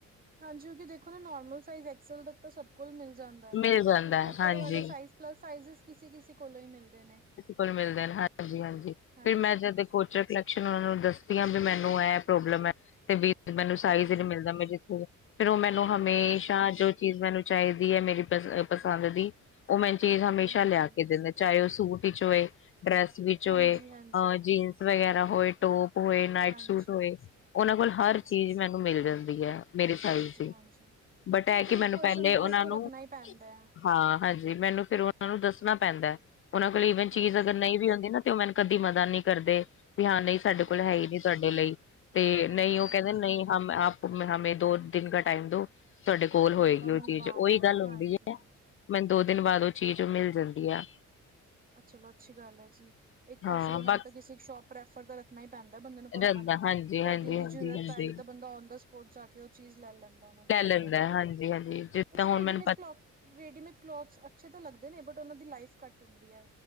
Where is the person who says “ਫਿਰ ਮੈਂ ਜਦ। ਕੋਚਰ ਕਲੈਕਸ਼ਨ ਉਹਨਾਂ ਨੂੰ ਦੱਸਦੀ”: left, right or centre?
Left